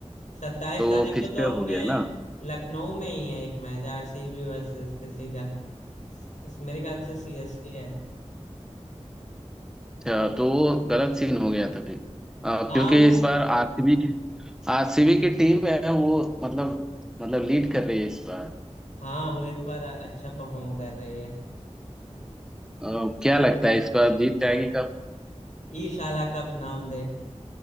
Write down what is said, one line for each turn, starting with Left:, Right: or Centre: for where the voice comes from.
Left: सत्ताईस
Centre: तो
Left: तारीख
Centre: वो फिर
Left: को तो
Centre: से
Left: अपने
Centre: हो गया ना
Left: लखनऊ में ही है एक मैच आरसीबी वर्सेस किसी का इस- मेरे ख्याल से सीएसके है
Centre: अच्छा तो वो गलत सीन हो गया था फिर अ,
Left: हाँ
Centre: क्योंकि
Left: वो
Centre: इस बार आरसीबी की आरसीबी की टीम है वो मतलब मतलब लीड कर रही है इस बार
Left: हाँ वो इस बार अच्छा परफॉर्म कर रही है
Centre: अ, क्या लगता है इस बार जीत जाएगी कब
Left: ई शाला कप नाम दे